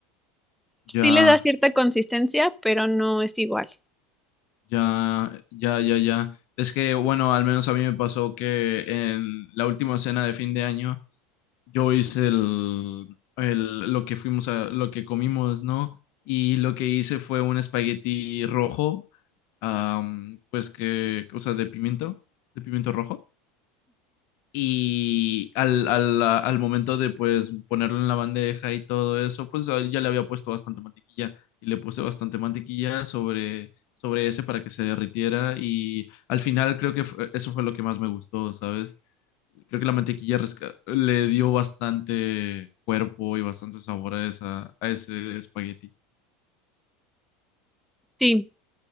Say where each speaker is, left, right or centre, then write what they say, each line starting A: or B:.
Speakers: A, on the left; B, in the centre.
A: Ya,
B: Sí le da cierta consistencia, pero no es igual.
A: ya, ya, ya, ya. Es que, bueno, al menos a mí me pasó que en la última cena de fin de año yo hice el, el, lo que fuimos a, lo que comimos, ¿no? Y lo que hice fue un espagueti rojo, am, pues que, o sea, de pimiento, de pimiento rojo. Y al, al, al momento de pues ponerlo en la bandeja y todo eso, pues ah, ya le había puesto bastante mantequilla y le puse bastante mantequilla sobre, sobre ese para que se derritiera y al final creo que fue- eso fue lo que más me gustó, ¿sabes? Creo que la mantequilla resca- le dio bastante cuerpo y bastante sabor a esa, a ese espagueti.
B: Sí,